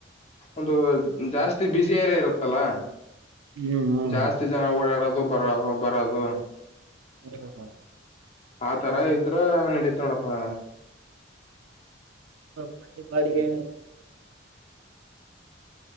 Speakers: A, on the left (about 35°); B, on the right (about 85°).
A: ಒಂದು ಜಾಸ್ತಿ ಬುಿಸರ ಇರುತ್ತಲ್ಲ.
B: ಹ್ಮ್ ಹ್ಮ್
A: ಜಾಸ್ತಿ
B: ಹ್ಮ್
A: ಜನ ಓಡಾಡೋದು ಬರ ಬರದು
B: ಹ್ಮ ಹ
A: ಆತರ ಇದ್ರ ನಡತ್ ನೋಡಪ್ಪಾ
B: ಮನೆ ಬಾಡಿಗೆ